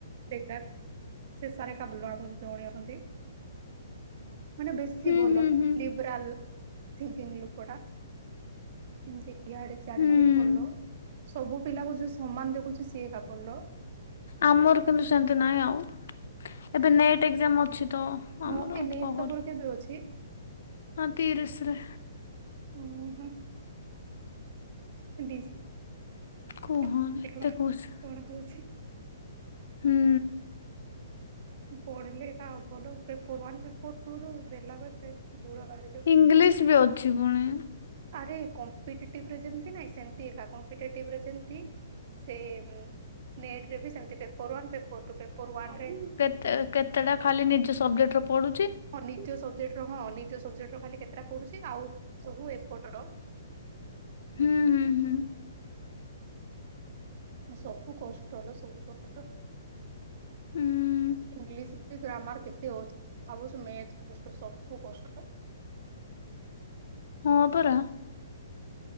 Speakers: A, on the right; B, on the left.
A: ସେଇଟା ସେ ସାର୍ ଏକା <unintelligible> ଜଣେ ଅଛନ୍ତି। ମାନେ ବେଶୀ
B: ହୁଁ
A: ଭଲ
B: ହୁଁ ହୁଁ
A: ଲିବରାଲ ଥିକିଙ୍ଗ ଲୋକଟା, ଏମିତି ଇଆଡେ ସିଆଡେ
B: ହୁଁ
A: ନାଇ ଭଲ, ସବୁ ପିଲାକୁ ଯୋଉ ସମାନ ଦେଖୁଛି ସିଏ ଏକା ଭଲ।
B: ଆମର କିନ୍ତୁ ସେମତି ନାହିଁ ଆଉ, ଏବେ ନେଟ୍ ଏକଜାମ ଅଛି ତ। ଆମର
A: ହଁ ବେ ନେଟ୍
B: ପହର
A: ତମର କେବେ ଅଛି?
B: ହଁ ତିରିଶରେ।
A: ଉଁ - ହୁଁ। ଡିସ
B: କୁହନି
A: ଦେଖବା
B: ଏତେ
A: କଣ
B: କହୁଛି
A: ହଉଛି
B: ହୁଁ
A: ପଢିଲେ ଏକା ହବଲୋ ପେପର ୱାନ୍ ପେପର୍ ଟୁ ଦ ଦେଲାବେଳେ ଯୋଡ଼ ବା
B: ଇଂଲିଶ ବି ଅଛି ପୁଣି
A: ଆରେ କମ୍ଟିଟେଟିଭ୍ ରେ ଯେମତି ନାଇଁ ସେମତି ଏକା କମ୍ଟିଟେଟିଭ୍ ଯେମତି ସେମ ନେଟରେ ବି ସେମିତି paper one paper two paper ୱାନରେ
B: ଏ କେତେଟା ଖାଲି ନିଜ ସବଜେକ୍ଟର ପଢୁଛି
A: ହଁ ନିଜ ସବଜେକ୍ଟ ର ହଁ ନିଜ ସବଜେକ୍ଟ ର ଖାଲି କେତେଟା ପଡୁଛି ଆଉ ସବୁ ଏପଟ ର
B: ହୁଁ ହୁଁ ହୁଁ
A: ସବୁ କଷ୍ଟ ଲୋ ସବୁ କଷ୍ଟ
B: ହୁଁ
A: ଇଂଲିଶ ବି ଗ୍ରାମାର କେତେ ଅଛି ଭାବୁଛୁ ମ୍ୟାଥ କଷ୍ଟ ସବୁ କଷ୍ଟ <inaudible>
B: ହଁ ପରା